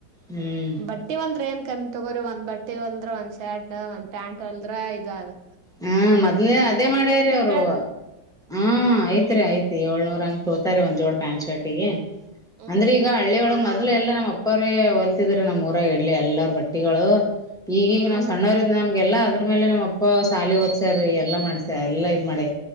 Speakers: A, in the centre; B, on the right.
A: ಹ್ಮ್
B: ಬಟ್ಟಿ ಒಂದ್ರ ಏನ್ ಕಮ್ಮಿ ತಗೋ್ರಿ ಒಂದ್ ಬಟ್ಟಿ ತೆವಲ್ ಒಂದ್ ಶರ್ಟ್ ಒಂದ್ ಪ್ಯಾಂಟ್ ಹೋಲದ್ರ ಆಯ್ತ ಗಾರ
A: ಹ್ಮ ಮೊದ್ಲೆೇ ಅದೇ ಮಾಡ್ಯಾರ ಅವ್ರು
B: ರೂಪಾಯಿ ಆದ
A: ಹ ಐ್ತ್ ರರಿ ಐ್ತ್ ಏಳ್ನೂರ ಹಂಗ ತೋತಾರೆ ಒಂದ್ ಜೋಡ ಪ್ಯಾಂಟ್ ಶರ್ಟ್ ಪಿಗೆ
B: ಹ್ಮ
A: ಅಂದ್ರೆ
B: ಮತ್ತ
A: ಈಗ ಹಳ್ಳಿಯ ಒಳಗ್ ಮ ಅದ್ ಎಲ್ಲ ನಮ್ಮಪ್ಪರೇ ಹೊಲ್ತಿದ್ರ ನಮ್ಮ ಊರಾಗ ಇಲ್ಲಿ ಎಲ್ಲಾರ ಬಟ್ಟಿ ಗಳು ಈಗೀಗ
B: ಹ್ಮ್
A: ನಾವ್ ಸಣ್ಣವರ ನಮ್ಗೆಲ್ಲಾ ಅದ್ರ ಮೇಲೆ ನಮ್ಮಪ್ಪ ಖಾಲಿ ಓದಸೆರಾ ಎಲ್ಲ ಮಾಡ್ಸ ಎಲ್ಲಾ ಇದ ಮಾಡೆ